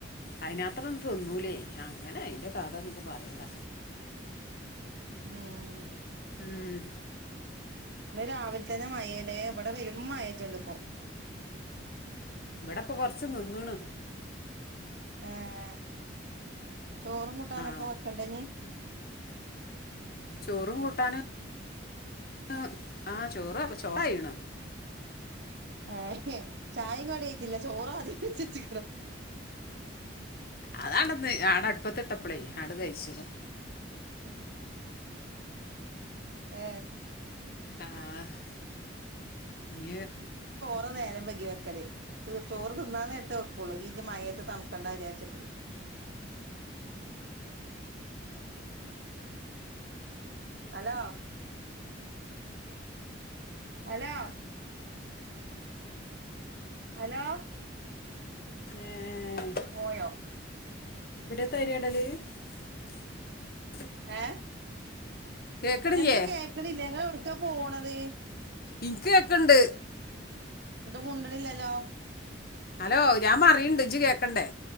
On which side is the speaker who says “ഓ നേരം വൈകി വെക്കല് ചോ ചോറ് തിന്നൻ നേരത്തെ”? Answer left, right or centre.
Right